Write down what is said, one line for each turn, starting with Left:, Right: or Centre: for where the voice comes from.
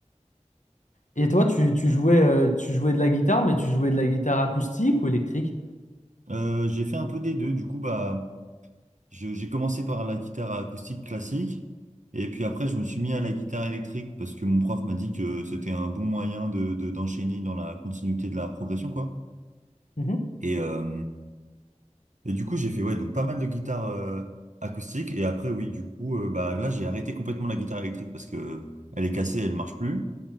Left: Et toi, tu, tu jouais, euh, tu jouais de la guitare, mais tu jouais de la guitare acoustique ou électrique?
Right: Euh, j'ai fait un peu des deux. Du coup, bah. Je- J'ai commencé par la guitare acoustique classique et puis après je me suis mis à la guitare électrique parce que mon prof m'a dit que c'était un bon moyen de, de- d'enchaîner dans la continuité de la progression quoi.
Left: Mhm,
Right: Et, euh, et du coup j'ai fait ouais donc pas mal de guitare euh, acoustique et après oui du coup euh, bah là j'ai arrêté complètement la guitare électrique parce que elle est cassée, elle marche plus